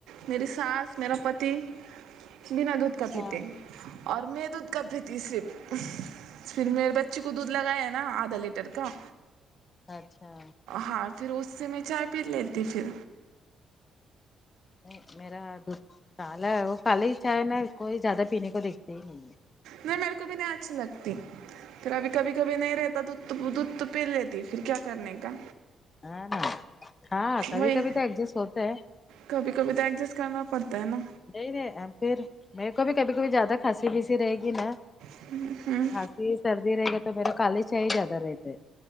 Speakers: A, on the right; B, on the left.
A: میری ساس میرا پتی بنا دودھ کا پیتے
B: ہاں
A: اور میں دودھ کا پیتی صرف پھر میرے بچی کو دودھ لگایا نا آدھا لیٹر کا
B: اچھا
A: ہاں پھر اس سے میں چائے پی لیتی ہ پھر
B: نہیں میرا دودھ کالا ہے وہ کالے ہی چائے نا اس کو زیادہ پینے کو دیکھتے ہی نہیں ہے
A: نہیں میرے کو بھی نہیں اچھی لگتی پھر ابھی کبھی کبھی نہیں رہتا دودھ تو دودھ تو پی لیتی پھر کیا کرنے کا
B: ہاں ن ہاں کبھی
A: وہی
B: کبھی تو ایڈجسٹ ہوتا ہے
A: کبھی کبھی تو ایڈجسٹ کرنا پڑتا ہے نا
B: نہیں نہیں رہے پھر میرے کو بھی کبھی کبھی زیادہ کھاسی بیسی رہے گی نا
A: ہ ہمم
B: کھانسی سردی رہ گی تو میرا کالی چائ ہی زیادہ رہتے ہے